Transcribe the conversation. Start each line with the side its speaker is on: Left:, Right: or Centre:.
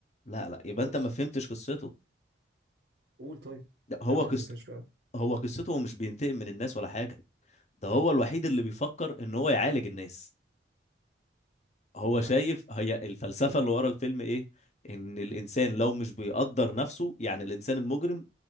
Left: لا لا يبقى
Right: خالص
Left: انت ما فهمتش قصته
Right: قول طيب
Left: لا، هو
Right: لا ما
Left: قص...
Right: يمكنش فعلا
Left: هو قصته هو مش بينتقم من الناس ولا حاجه ده هو الوحيد اللي بيفكر ان هو يعالج الناس هو شايف
Right: لا
Left: هي الفلسفه اللي ورا الفيلم ايه ان الانسان لو مش بيقدر نفسه يعني الانسان المجرم